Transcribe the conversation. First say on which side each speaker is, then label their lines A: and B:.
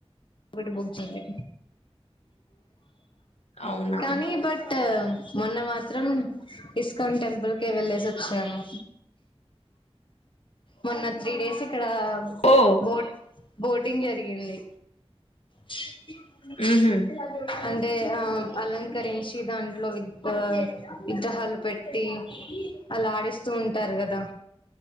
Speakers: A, on the left; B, on the left.
A: టికెట్ బుక్ చేయాలి
B: అవునా
A: కానీ బట్ మొన్న మాత్రం ఇస్కాన్ టెంపుల్ కే వెళ్లేేసి వచ్చినాము మొన్న త్రీ డేస్ ఏ ఇక్కడ
B: ఓ
A: బోట్ బోటింగ్ జరిగింది <unintelligible>
B: హుహు.
A: అంటే ఆ అలంకరించి దాంట్లో వి విగ్రహాలు పెట్టి అలా ఆడిస్తూ ఉంటారు కదా